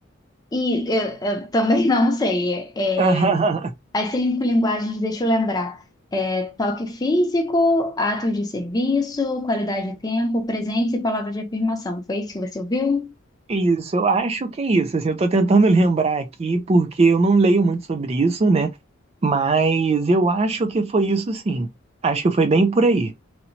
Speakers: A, on the left (about 20°); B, on the right (about 30°).
A: E eu, eu também <laughs> não sei. é,
B: <laughs>
A: é, as cinco linguagens, deixa eu lembrar: é, toque físico, atos de serviço, qualidade de tempo, presentes e palavras de afirmação. Foi isso que você ouviu?
B: Isso, eu acho que é isso. Assim, eu tô tentando <laughs> lembrar aqui, porque eu não leio muito sobre isso, né? Mas eu acho que foi isso sim. Acho que foi bem por aí.